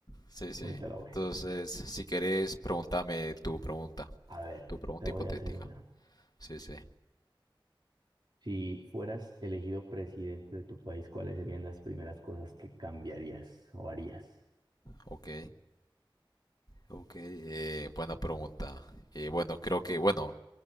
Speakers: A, on the left; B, on the right.
A: sí, sí.
B: bonita labor.
A: Entonces, si querés, pregúntame tu pregunta,
B: A ver,
A: tu pregunta
B: te voy
A: hipotética.
B: a hacer una.
A: Sí, sí,
B: Si fueras elegido presidente de tu país, ¿cuáles serían las primeras cosas que cambiarías o harías?
A: ok. Ok, eh, buena pregunta. Eh, bueno, creo que, bueno,